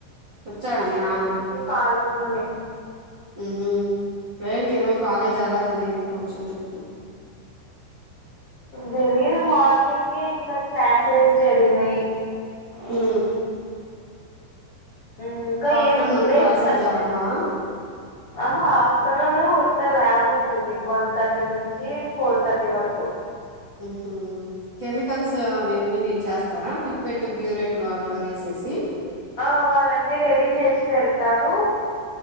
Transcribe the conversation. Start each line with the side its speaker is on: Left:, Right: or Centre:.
Right: వచ్చడా మీ నాన్న
Left: కాలేజ్లోనే
Right: ఉహు ఏంటి ఈరోజు కాలేజ్ ఎలా జరిగింది కొంచెం చెప్పు
Left: జరిగిన మార్నింగే ఇంకా క్లాసెస్ జరిగినాయి
Right: ఊ
Left: ఊ ఇంకా
Right: ఆఫ్టర్నూన్
Left: ఏం ఇప్పుడే
Right: క్లాసెస్
Left: స్ట
Right: జరగవా
Left: ఆహ ఆఫ్టర్నూన్ ఉత్త ల్యాబ్ ఉంటుంది వన్ థర్టీ నుంచి ఫోర్ థర్టీ వరకు
Right: ఉహు కెమికల్స్ అవన్నీ మీరు చేస్తారా పిప్పెట్టు బ్యూరెట్లు అట్లా వేసేసి
Left: ఆ వాళ్ళన్నీ రెడీ చేసి పెడతారు